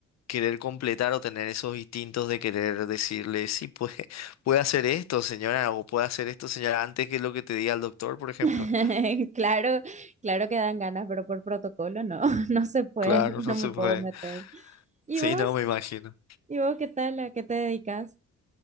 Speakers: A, on the left; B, on the right.
A: querer completar o tener esos instintos de querer decirle, sí, pues <laughs> puede hacer esto, señora, o puede hacer esto, señora, antes que lo que te diga el doctor, por ejemplo?
B: <laughs> Claro, claro que dan ganas, pero por protocolo no, <laughs> no se puede,
A: Claro, no
B: no me
A: se
B: puedo
A: puede.
B: meter. ¿Y
A: Sí,
B: vos?
A: no, me imagino.
B: ¿Y vos qué tal? ¿A qué te dedicas?